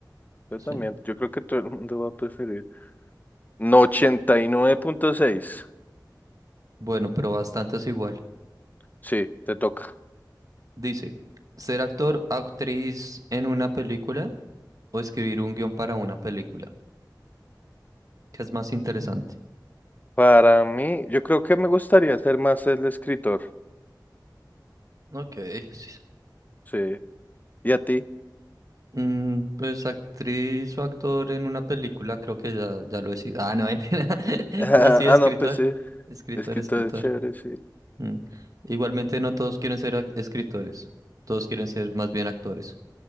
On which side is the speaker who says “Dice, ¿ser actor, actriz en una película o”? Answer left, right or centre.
Right